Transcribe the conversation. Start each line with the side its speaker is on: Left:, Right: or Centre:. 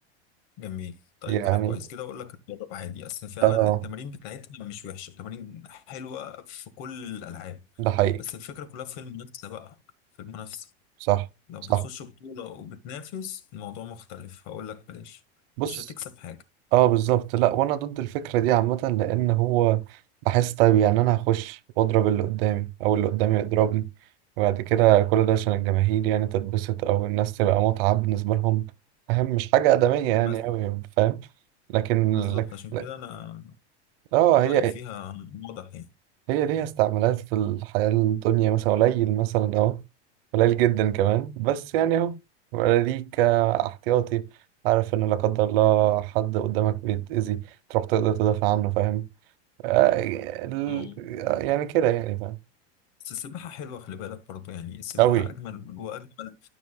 Left: جميل طيب
Right: يعني
Left: كده كويس كده اقول لك اتدرب عادي اصل فعلا
Right: اه
Left: التمارين بتاعتها مش وحشه التمارين حلوه في كل الالعاب
Right: ده حقيقي
Left: بس الفكره كلها في المنافسه بقى في المنافسه
Right: صح
Left: لو
Right: صح
Left: بتخش بطوله وبتنافس الموضوع مختلف هقول لك بلاش
Right: بص
Left: مش هتكسب حاجه
Right: اه بالظبط لا وانا ضد الفكره دي عامه لان هو بحس طيب يعني انا هخش واضرب اللي قدامي او اللي قدامي يضربني وبعد كده كل ده عشان الجماهير يعني تتبسط او الناس تبقى متعه بالنسبه لهم فاهم مش حاجه ادميه يعني
Left: بس
Right: قوي فاهم لكن
Left: بالظبط
Right: لكن
Left: عشان
Right: لا-
Left: كده انا
Right: اه
Left: رايي
Right: هي
Left: فيها واضح يعني
Right: هي ليها استعمالات في الحياة الدنيا مثلا قليل مثلا اهو قليل جدا كمان بس يعني اهو ولا ليك احتياطي عارف ان لا قدر الله حد قدامك بيتأذي تروح تقدر تدافع عنه فاهم آه، ال-
Left: اه
Right: يعني كده يعني فاهم
Left: بس السباحة حلوة خلي بالك برضه يعني السباحة
Right: أوي
Left: أجمل وأجمل